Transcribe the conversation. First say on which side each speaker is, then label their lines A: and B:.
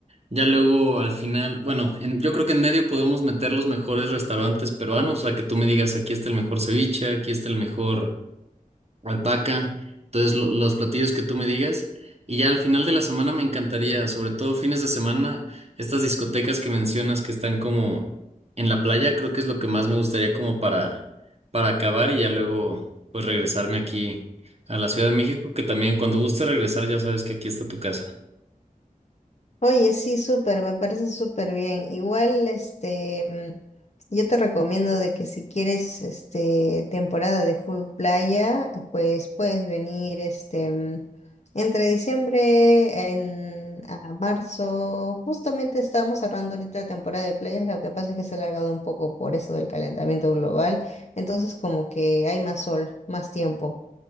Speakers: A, on the right; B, on the left.
A: Ya luego al final, bueno, en- yo creo que en medio podemos meter los mejores restaurantes peruanos, o sea, que tú me digas, aquí está el mejor ceviche, aquí está el mejor alpaca, entonces lo- los platillos que tú me digas. Y ya al final de la semana me encantaría, sobre todo fines de semana, estas discotecas que mencionas que están como en la playa, creo que es lo que más me gustaría como para, para acabar y ya luego pues regresarme aquí a la Ciudad de México, que también cuando guste regresar ya sabes que aquí está tu casa.
B: Oye, sí, súper, me parece súper bien. Igual, este, mm, yo te recomiendo de que si quieres, este, temporada de full playa, pues puedes venir, este, mm, entre diciembre en, a marzo. Justamente estamos cerrando ahorita la temporada de playas, lo que pasa es que se ha alargado un poco por eso del calentamiento global, entonces como que hay más sol, más tiempo.